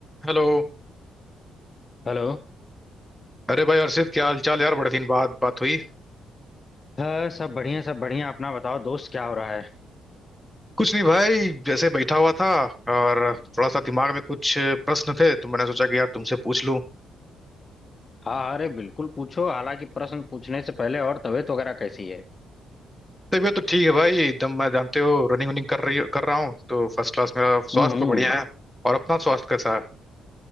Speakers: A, in the centre; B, on the left.
A: हेलो
B: Hello
A: अरे भाई अर्षित क्या हाल चाल यार बड़े दिन बाद बात हुई
B: हाँ सब बढ़िया सब बढ़िया अपना बताओ दोस्त क्या हो रहा है
A: कुछ नहीं भाई जैसे बैठा हुआ था और थोड़ा सा दिमाग में कुछ प्रश्न थे तो मैंने सोचा कि यार तुमसे पूछ लूं
B: हाँ अरे बिल्कुल पूछो हालांकि प्रश्न पूछने से पहले और तबीयत वगैरह कैसी है
A: तबीयत तो ठीक है भाई एकदम मैं जानते हो रनिंग वनिंग कर रही कर रहा हूँ तो फर्स्ट क्लास मेरा स्वास्थ्य
B: हम्म हम्म।
A: तो बढ़िया है और अपना स्वास्थ्य कैसा है